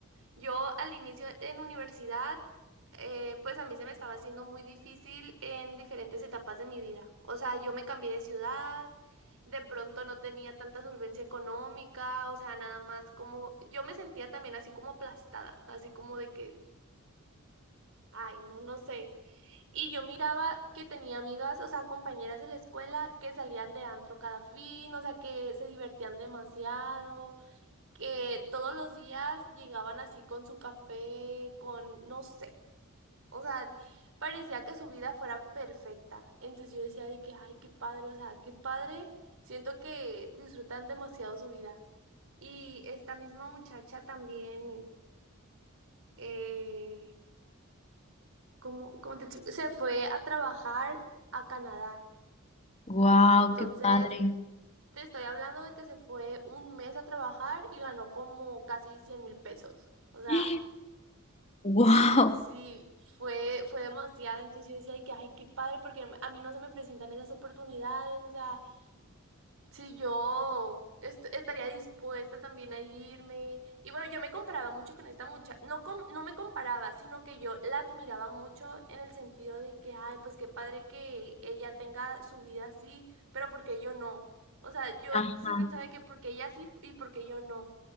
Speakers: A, on the right; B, on the left.
A: Yo al inicio en universidad, eh, pues a mí se me estaba haciendo muy difícil en diferentes etapas de mi vida. O sea, yo me cambié de ciudad, de pronto no tenía tanta solvencia económica, o sea, nada más como yo me sentía también así como aplastada, así como de que, ay, no, no sé. Y yo miraba que tenía amigas, o sea, compañeras de la escuela que salían de antro cada fin, o sea, que se divertían demasiado, que todos los días llegaban así con su café, con, no sé, o sea, parecía que su vida fuera perfecta. Entonces yo decía de que, ay, qué padre, o sea, qué padre, siento que disfrutan demasiado su vida. Y esta misma muchacha también, eh, como, como te explico? se fue a trabajar a Canadá.
B: Wow,
A: Entonces,
B: qué padre.
A: te estoy hablando de que se fue un mes a trabajar y ganó como casi cien mil pesos. O sea,
B: <gasps> Wow.
A: t- sí, fue, fue demasiado. Entonces yo decía, ay, que, ay, qué padre, porque a mí no se me presentan esas oportunidades. O sea, si yo est- estaría dispuesta también a irme. Y bueno, yo me comparaba mucho con esta muchacha. No, com- no me comparaba, sino que yo la admiraba mucho en el sentido de que, ay, pues qué padre que ella tenga su vida así, pero porque yo no? O sea, yo
B: Ajá,
A: sí pensaba que porque ella sí y porque yo no.